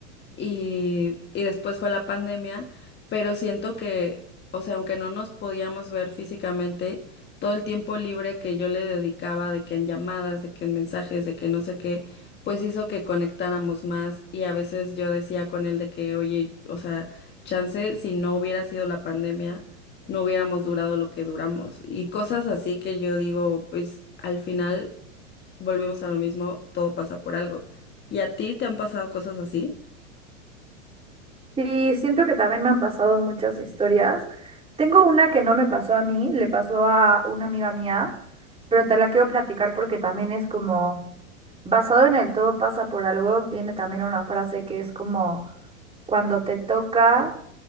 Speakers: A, on the left; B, on the right.
A: y, y después fue la pandemia, pero siento que, o sea, aunque no nos podíamos ver físicamente, todo el tiempo libre que yo le dedicaba, de que en llamadas, de que en mensajes, de que no sé qué, pues hizo que conectáramos más y a veces yo decía con él de que, oye, o sea, chance, si no hubiera sido la pandemia, no hubiéramos durado lo que duramos y cosas así que yo digo, pues al final volvemos a lo mismo, todo pasa por algo. ¿Y a ti te han pasado cosas así?
B: Sí, siento que también me han pasado muchas historias. Tengo una que no me pasó a mí, le pasó a una amiga mía, pero te la quiero platicar porque también es como, basado en el todo pasa por algo, viene también una frase que es como, cuando te toca